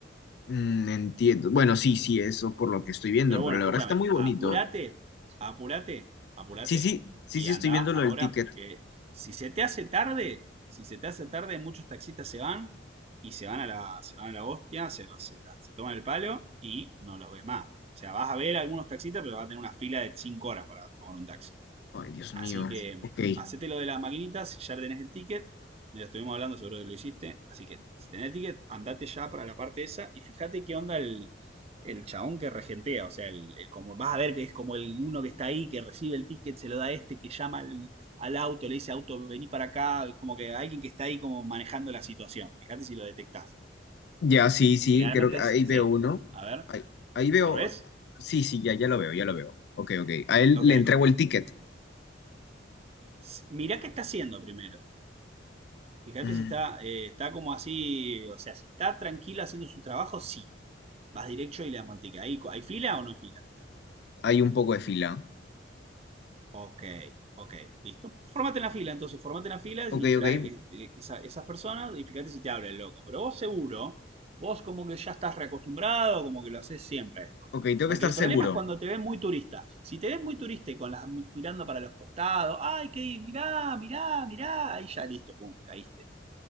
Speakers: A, on the left; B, on the right.
A: Mm, entiendo. Bueno, sí, sí, eso por lo que estoy viendo,
B: Pero
A: pero
B: bueno,
A: la
B: escúchame,
A: verdad está muy bonito.
B: apúrate, apúrate, apúrate
A: Sí, sí, sí,
B: y
A: sí,
B: anda
A: estoy viendo lo
B: ahora
A: del ticket.
B: porque si se te hace tarde, si se te hace tarde, muchos taxistas se van y se van a la, se van a la hostia, se, se- se toman el palo y no los ves más. O sea, vas a ver algunos taxistas, pero vas a tener una fila de 5 horas para tomar un taxi.
A: Ay, Dios
B: Así
A: mío.
B: que
A: Ok.
B: hacete lo de la maquinita si ya tenés el ticket. Ya estuvimos hablando, seguro que lo hiciste. Así que si tenés el ticket, andate ya para la parte esa y fíjate qué onda el, el chabón que regentea. O sea, el, el como, vas a ver que es como el uno que está ahí, que recibe el ticket, se lo da a este, que llama al, al auto, le dice auto, vení para acá. Es como que alguien que está ahí como manejando la situación. Fíjate si lo detectás.
A: Ya, sí, sí,
B: Generalmente
A: creo que ahí
B: es C.
A: veo uno.
B: A ver,
A: Ahí, ahí veo.
B: ¿lo ves?
A: Sí, sí, ya, ya lo veo, ya lo veo. Ok, ok. A él
B: Ok.
A: le entrego el ticket.
B: S- Mirá qué está haciendo primero. Fíjate
A: Mm,
B: si está, eh, está como así, o sea, si está tranquila haciendo su trabajo, sí. Vas directo y le das manteca. ¿Hay, ¿Hay fila o no hay fila?
A: hay un poco de fila.
B: Ok, ok, listo. Formate en la fila, entonces, formate en la fila
A: Ok,
B: y espera
A: ok.
B: eh, eh, que esa- esas personas y fíjate si te habla el loco. Pero vos seguro, vos como que ya estás reacostumbrado, como que lo haces siempre esto.
A: Ok, tengo
B: Porque
A: que estar
B: el
A: seguro.
B: problema es cuando te ves muy turista. Si te ves muy turista y con las mirando para los costados, ay, que mirá, mirá, mirá, ahí ya listo, pum, caíste.